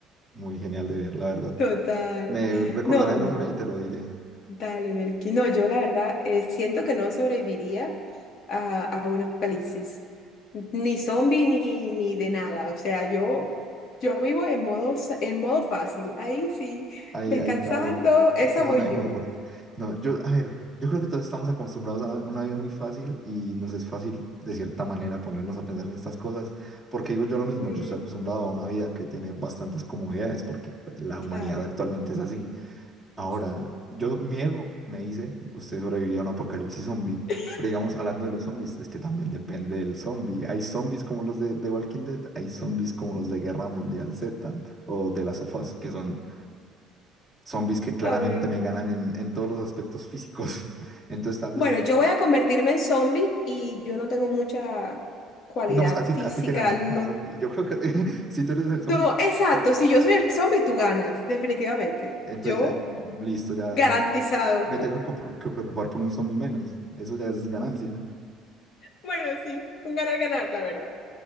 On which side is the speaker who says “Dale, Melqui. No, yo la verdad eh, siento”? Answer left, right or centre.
Left